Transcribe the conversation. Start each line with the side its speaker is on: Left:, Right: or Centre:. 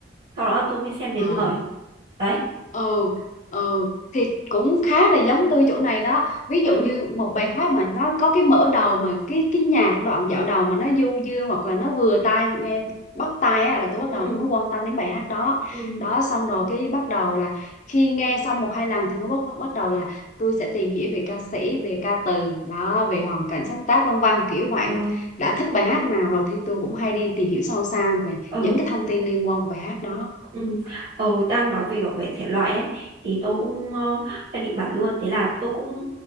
Right: sau đó tôi mới xem đến
Left: Ờ.
Right: lời. Đấy.
Left: ừ ừ thì cũng khá là giống tôi chỗ này đó ví
Right: Ừ.
Left: dụ như một bài hát mà nó có cái mở đầu mà cái cái nhạc đoạn dạo đầu mà nó du dương hoặc là nó vừa tai nghe bắt tai á là tôi bắt
Right: ừ
Left: đầu tôi mới quan tâm đến bài hát đó
Right: ừ
Left: đó xong rồi cái bắt đầu là khi nghe xong một hai lần thì mới bắt bắt, bắt đầu là tôi sẽ tìm hiểu về ca sĩ về ca từ đó về hoàn cảnh sáng tác vân vân kiểu vậy
Right: ờ
Left: đã thích bài hát nào rồi thì tôi cũng hay đi tìm hiểu sâu xa về
Right: ờ
Left: những cái thông tin liên quan của bài hát đó
Right: ừ ờ đang nói về gọi về thể loại ấy thì tôi cũng ờ, đang định bảo luôn thế là tôi cũng